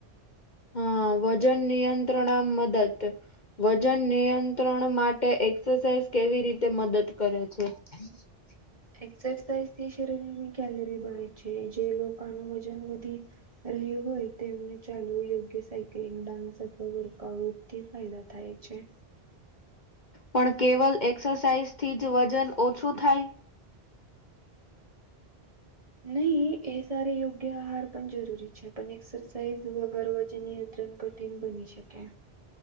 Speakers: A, on the left; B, on the right.
A: હા વજન નિયંત્રણામાં મદદ વજન નિયંત્રણ માટે એક્સરસાઇઝ કેવી રીતે મદદ કરે છે. <unintelligible>
B: એક્સરસાઇઝથી શરીરની કેલરી બ છે જે લોકોનું વજન વધી. રહ્યું હોય તેમને ચાલવું યોગ્ય સાયકલિંગ ડાન્સ અથવા વર્કઆઉટ. થી ફાયદા થાય છે.
A: પણ કેવલ એક્સરસાઇઝ થી જ વજન ઓછું થાય.
B: નહી એ સ યોગ્ય આહાર પણ જરૂરી છે પણ એક્સરસાઇઝ વગરવ જે નિયંત્રણ કર. કિન બની શકે.